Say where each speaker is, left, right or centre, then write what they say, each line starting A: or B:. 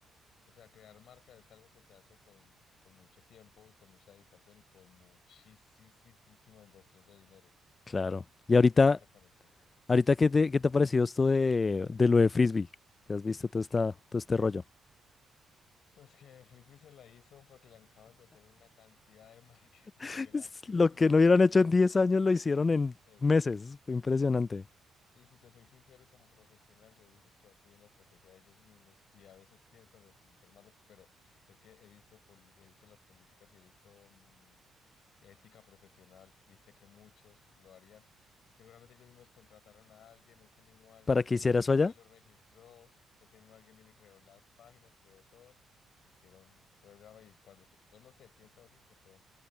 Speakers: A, on the left; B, on the left.
A: o sea, crear marca es algo que se hace con, con mucho tiempo y con mucha dedicación y con muchísima inversión de dinero
B: claro. Y
A: para
B: ahorita,
A: crear esa conexión.
B: ahorita ¿qué te, qué te ha parecido esto de, de lo de Frisbee? que has visto todo, esta, todo este rollo?
A: Pues que Frisbee se la hizo porque le acaban de hacer una cantidad de marketing
B: <laughs>
A: <laughs> gratis,
B: Es Lo
A: ni
B: que no
A: el
B: hubieran
A: hijo de
B: hecho
A: madre.
B: en 10 años lo hicieron en
A: Exacto.
B: meses. Fue impresionante.
A: Y si te soy sincero, como profesional, yo digo que ha sido una estrategia de ellos mismos y a veces pienso, no, sin ser malo, pero es que he visto, poli- he visto las políticas y he visto mm, ética profesional y sé que muchos lo harían. Seguramente ellos mismos contrataron a alguien, ese mismo alguien
B: ¿Para qué hiciera eso
A: fue, lo registró, ese mismo alguien vino y creó las páginas, creó todo, hicieron todo el drama y cuando, se- bueno, no sé, pienso a veces que fue